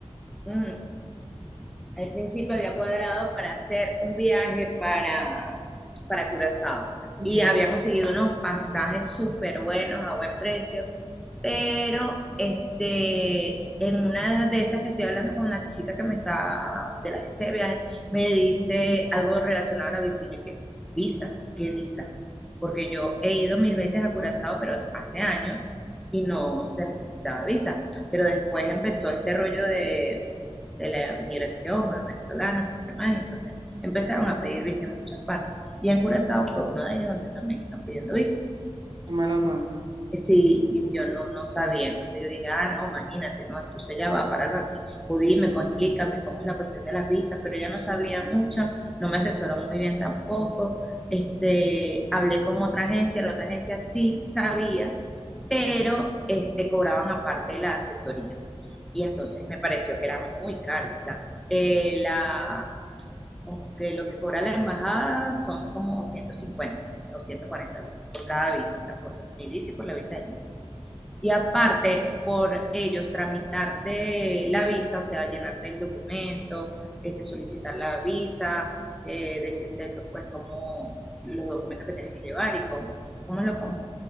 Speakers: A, in the centre; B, on the right.
A: Ujú. Al principio había cuadrado para hacer un viaje para, para Curazao
B: Ok,
A: y había conseguido unos pasajes súper buenos a buen precio pero este, en una de esas que estoy hablando con la chica que me está de la agencia de viajes, me dice algo relacionado a la visa. Y yo, ¿qué? ¿Visa? ¿Qué visa? Porque yo he ido mil veces a Curazao, pero hace años y no se necesitaba visa. Pero después empezó este rollo de, de la migración, los venezolanos, no sé qué más. y entonces empezaron a pedir visa en muchas partes. Y en Curazao fue uno de ellos donde también están pidiendo visa.
B: qué mala pata.
A: Sí, y yo no, no sabía, entonces yo dije, ah, no, imagínate, no, entonces ella va a pararlo aquí, o dime, co- explícame cómo es la cuestión de las visas, pero ella no sabía mucho, no me asesoró muy bien tampoco, este, hablé con otra agencia, la otra agencia sí sabía, pero este, cobraban aparte de la asesoría, y entonces me pareció que era muy caro, o sea, eh, la, como que lo que cobra la embajada son como 150 o ciento cuarenta algo así, por cada visa, o sea, por mi visa y por la visa de y aparte, por ellos tramitarte la visa, o sea, llenarte el documento, este, solicitar la visa, eh, decirte que, pues cómo los documentos que tienes que llevar y cómo, cómo es lo como